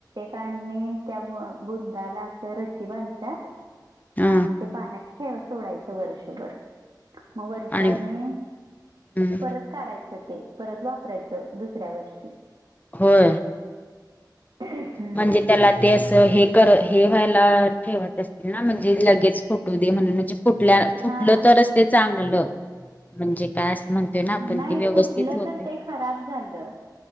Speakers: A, on the right; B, on the left.
A: त्या बुंदाला अस र बांधतात
B: ह
A: आणि ते पाण्यात ठेव सोडायचं वर्षभर मग वर्षाने
B: आणि हम्म
A: परत काढायचं तर ते परत वापरायचं, दुसऱ्या वर्षी.
B: होय
A: हम्म
B: म्हणजे त्याला ते अस हे कर, हे व्हायला ठेवत असतील ना म्हणजे लगेच फोटो दे म्हणून म्हण फुटल्या, फुटलं
A: हा
B: तरच ते चांगलं, म्हणजे काय? म्हणते ना आपण
A: नाही
B: ती व्यवस्थित
A: फुटलं
B: होते.
A: तर ते खराब झालं